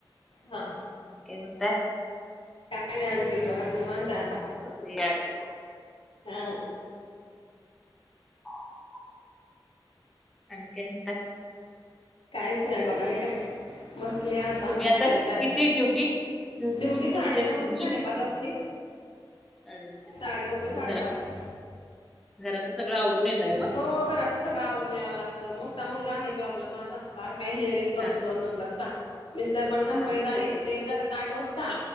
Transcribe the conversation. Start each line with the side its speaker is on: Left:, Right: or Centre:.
Left: हा.
Centre: आणि काय म्हणताय?
Left: काय नाही आणखील बघा निवांत आहे आता
Centre: कोणाचा तरी यायलाय
Left: हा.
Centre: <inaudible> आणि काय म्हणताय.
Left: काहीच नाही बघा हे काय बसले आता
Centre: तुम्ही
Left: जायचं
Centre: किती
Left: आहे.
Centre: ड्युटी
Left: ड्युटी
Centre: किती
Left: साडे
Centre: ते किती असते
Left: नऊ
Centre: तुमची
Left: ते साडेपाच असती.
Centre: साडेनऊ ते साडेपाच
Left: साडे नऊ ते
Centre: मग
Left: साडे
Centre: घरातलंच
Left: पाच.
Centre: घरातलं सगळं आवरून येत आहे मग?
Left: हो घरातलं सगळं आवरून यावं लागतं मोठा मुलगा आहे जॉबला माझा बारका इंजिनिअरिंग करतो
Centre: हा
Left: दोन नंबरचा? विस्तर पण कंपनीत
Centre: हा मग
Left: आहेत
Centre: मोठे
Left: ते त्या आठव असता